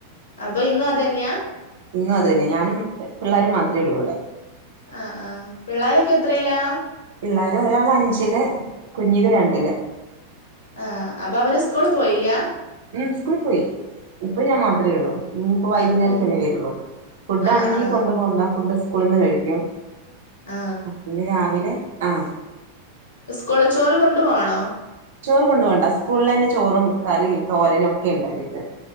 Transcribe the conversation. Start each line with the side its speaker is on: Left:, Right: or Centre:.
Left: അപ്പൊ ഇന്നും അതന്നെയാ
Right: ഇന്നും അതെന്നാ ഞാനും പിള്ളോരും മാത്രമേ ഉള്ളൂ ഇവിടെ
Left: ആഹ് ആഹ് പിള്ളോരൊക്കെ എത്രേ ലാ
Right: പിള്ളേര് ഒരാള് അഞ്ചില് കുഞ്ഞില് രണ്ടില്
Left: ആ അപ്പൊ അവര് സ്കൂള് പോയില്ലാ
Right: ഉം സ്കൂൾ പോയി ഇപ്പൊ ഞാൻ മാത്രമേ ഉള്ളൂ ഇനിയിപ്പ വൈകുന്നേരതെല്ലെ
Left: ആ ഇപ്പൊ ഇ-
Right: വരുള്ളൂ ഫുഡ്
Left: ആ
Right: ആണെങ്കിൽ
Left: ആ
Right: കൊണ്ടു പോോകണ്ട ഫുഡ് സ് ക്കൂളിന്ന് കഴിക്കും
Left: ആ
Right: പിന്നെ രാവിലെ ആ
Left: സ്ക്കൂള് ചോറ് കൊണ്ടു പോണോ
Right: ചോറ് കൊണ്ടുപോണ്ട സ്കൂളെന്നെ ചോറും കറിയും തോരനും ഒക്കെ ഉണ്ട് അവര്ക്ക്